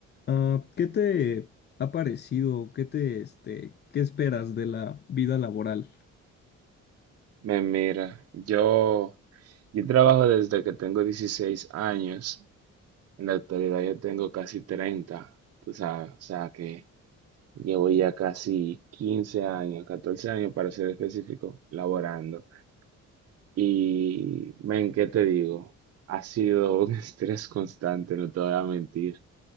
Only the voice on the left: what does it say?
Ah, ¿qué te ha parecido? ¿Qué te, este, qué esperas de la vida laboral?